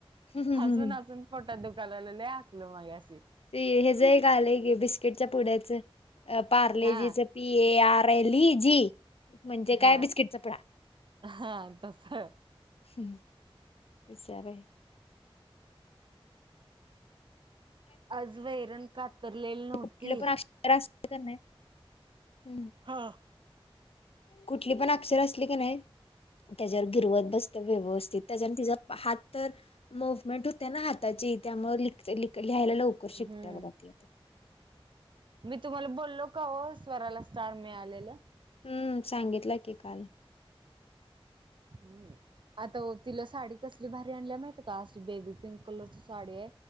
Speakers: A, on the left; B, on the right.
A: हम्म हम्म
B: हसून
A: हम्म.
B: हसून पोटात दुखायला लागलं लय हसलो मगाशी
A: ते हेज एक आलंय की बिस्किटच्या पुड्याचं पार्लेजीचं
B: हा
A: पीएआरएलईजी म्हणजे
B: हा
A: काय बिस्किटचापूडा.
B: हा तस.
A: हहम.. बिचारे
B: आज वैरण कातरलेली नव्हती
A: कुठलं पण अक्षर असलं का नाही हम्म.
B: हाआ.
A: कुठली पण अक्षर असली की न्हाई त्याच्यावर गिरवत बस्ते व्यवस्थित. त्याच्याने तिचा हात तर मुव्हमेंट होते्या ना हाताची त्यामुळे लीकते लीक लिहायला लवकर शिकत्या
B: हम्म
A: बघा ती.
B: मी तुम्हाला बोललो काहो स्वराला स्टार मिळालेलं?.
A: हं सांगितलं की काल.
B: अं आता ओ तिला साडी कसली भारी त्यान्ला म्हायती का आज बेबीपिंक कलरची साडिए?